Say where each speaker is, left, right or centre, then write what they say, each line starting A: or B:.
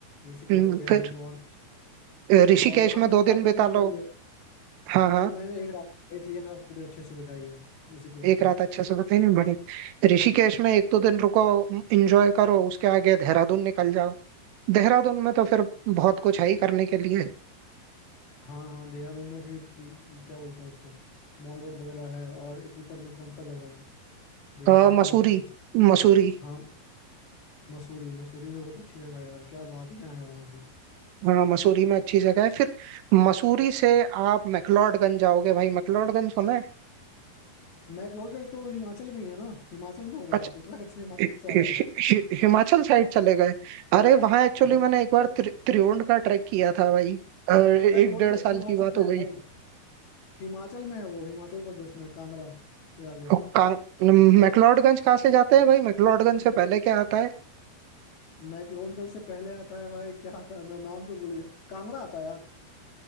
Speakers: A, on the left; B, on the right.
A: ऋषिकेश
B: हम्म,
A: हो गया
B: फिर
A: हरिद्वार
B: अ, ऋषिकेश
A: और वहां
B: में
A: मैंने
B: दो
A: राफ्टिंग
B: दिन बिता
A: करी
B: लो
A: है
B: हाँ हाँ
A: मैंने एक रात करी थी एक रात पूरे अच्छे से बिताई है ऋषिकेश
B: एक
A: में
B: रात अच्छे से बताई नहीं बड़ी ऋषिकेश में एक दो दिन रुको एंजॉय करो उसके आगे देहरादून निकल जाओ देहरादून में तो फिर बहुत कुछ है ही करने के लिए
A: हाँ हाँ देहरादून में भी ल- क्या बोलते हैं उसको मॉल रोड वगैरह है और एक ऊपर में कौन सा जगह है देहरादून
B: अ, मसूरी
A: में ही कुछ
B: मसूरी
A: हाँ मसूरी मसूरी भी बहुत अच्छी जगह है यार क्या वादियां हैं वहाँ की
B: हाँ मसूरी में अच्छी जगह है फिर मसूरी से आप मैक्लोडगंज जाओगे भाई मैक्लोडगंज सुना है
A: मैक्लोडगंज तो हिमाचल में ही है ना हिमाचल में हो गया
B: अच्छा
A: आप उत्तराखंड से हिमाचल
B: हि-
A: से आ गए
B: हि- हि- हिमाचल साइड चले गए अरे वहाँ एक्चुअली
A: हाँ,
B: मैंने एक बार त्रि, त्रिउंड का ट्रैक किया था भाई अ, एक
A: मैक्लोडगंज
B: डेढ़ साल
A: हिमाचल
B: की बात
A: में
B: हो
A: है
B: गई
A: भाई हिमाचल में है वो हिमाचल प्रदेश में कांगड़ा के आगे
B: और कां- मैक्लोडगंज कहाँ से जाते हैं भाई मैक्लोडगंज से पहले क्या आता है
A: मैक्लोडगंज से पहले आता है भाई क्या आता है मैं नाम तो भूल गया कांगड़ा आता है यार